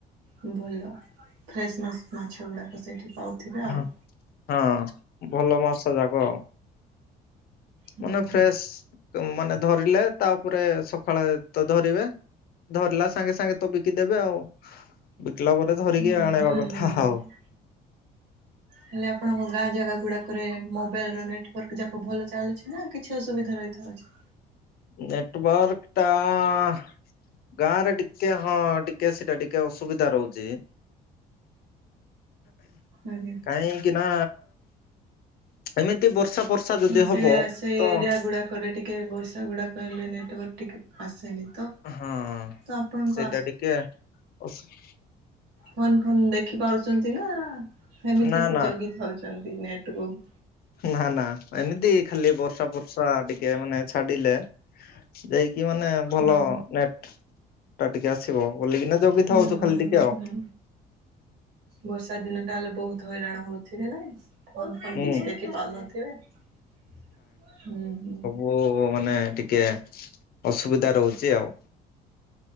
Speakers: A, on the right; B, on the left.
A: ହୁଁ ଭଲ ଫ୍ରେଶ ମାସ। ମାଛ ଗୁଡ଼ାକ ସେଇଠି ପାଉଥିବେ
B: ହଁ
A: ଆଉ।
B: ହଁ ଉଁ ଭଲ ମାସ ଯାକ ଆଉ।
A: ହଁ।
B: ମାନେ ଫ୍ରେଶ ମାନେ ଧରିଲେ। ତାପରେ, ସକାଳେ ତ ଧରିବେ। ଧରିଲା ସାଙ୍ଗେସାଙ୍ଗେ ତ ବିକିଦେବେ ଆଉ ବିକିଲା ପରେ ଧରିକି
A: ହୁଁ
B: ଆଣେଇବା
A: ହୁଁ
B: କଥା
A: ହୁଁ। ହୁଁ।
B: ଆଉ।
A: ହେଲେ ଆପଣଙ୍କ ଗାଁ ଜାଗା ଗୁଡାକରେ ମୋବାଇଲ ର ନେଟୱାର୍କ ଯାକ ଭଲ ଚାଲୁଚି। ନା କିଛି ଅସୁବିଧା ରହିଥାଉଛି?
B: ନେଟୱାର୍କ ଟା ଗାଁ ରେ ଟିକେ ହଁ ଟିକ୍ ଟିଏ ସେଇଟା ଟିକେ ଅସୁବିଧା ରହୁଚି।
A: ଆଜ୍ଞା
B: କାଇଁକିନା ଏମିତି ବର୍ଷା ଫର୍ଷା ଯଦି
A: ହଁ ସେ
B: ହବ
A: ସେ
B: ତ
A: ଏରିଆ ଗୁଡ଼ାକରେ ଟିକେ ବର୍ଷା ଗୁଡ଼ାକ ହେଲେ ନେଟୱାର୍କ ଟିକେ ଆସେନି ତ।
B: ହଁ
A: ତ ଆପଣଙ୍କୁ
B: ସେଇଟା ଟିକେ ଅସୁ
A: ଫନ ଫନ ଦେଖି ପାରୁଛନ୍ତି ନା? ସେମିତି
B: ନା
A: କି
B: ନା
A: ଯୋଗିଥାଉଚନ୍ତି ନେଟ ବୁକ।
B: ନା ନା ଏମିତି ଖାଲି ବର୍ଷା ପର୍ଷା ଟିକେ ମାନେ ଛାଡିଲେ ଯାଇକି ମାନେ ଭଲ
A: ହୁଁ
B: ନେଟ ଟା ଟିକେ ଆସିବ ବୋଲିକିନା ଜଗିଥାଉ
A: ହୁଁ
B: ତୁ ଖାଲି ଟିକେ
A: ହୁଁ
B: ଆଉ।
A: ହୁଁ। ବର୍ଷା ଦିନ ଟା ହେଲେ ବହୁତ୍ ହଇରାଣ ହଉଥିଲେ ନାଇଁ। ଫୋନ ଫାନ
B: ହୁଁ
A: କିଛି ଦେଖି ପାରୁନଥିବେ ହୁଁ ହୁଁ।
B: ଓ ହୋ ମାନେ ଟିକେ ଅସୁବିଧା ରହୁଚି ଆଉ।